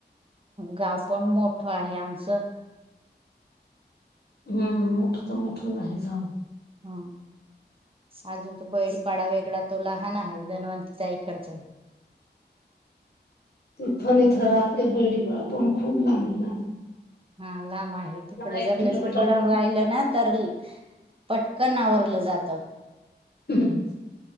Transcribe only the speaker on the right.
गाव पण मोठं आहे आमचं.
हम. अजून तो बैलपाडा वेगळा तो लहान आहे जनवंती ताईकडच <inaudible>
हा लांब आहे तिकडं
जर
लशीकड राहिला ना तर ली पटकन आवरलं जातात.